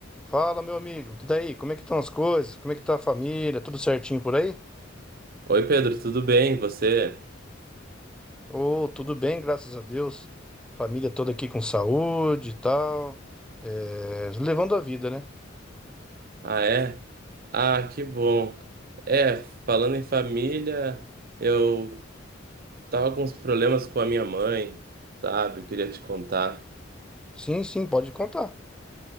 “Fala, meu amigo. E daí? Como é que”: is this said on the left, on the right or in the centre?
Centre